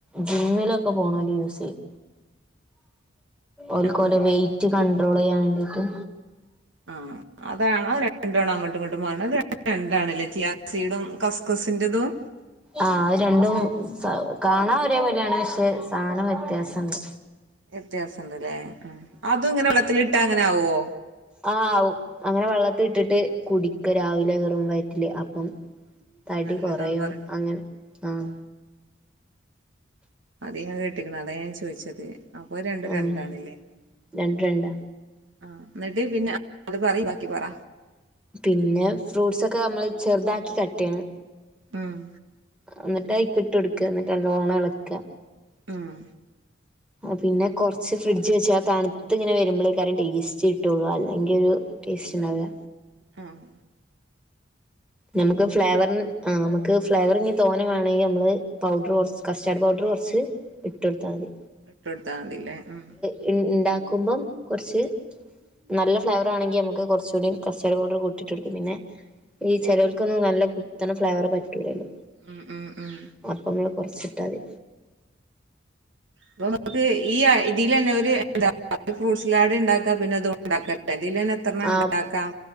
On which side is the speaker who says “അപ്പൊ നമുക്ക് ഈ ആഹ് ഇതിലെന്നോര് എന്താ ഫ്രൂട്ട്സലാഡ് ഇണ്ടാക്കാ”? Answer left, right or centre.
Right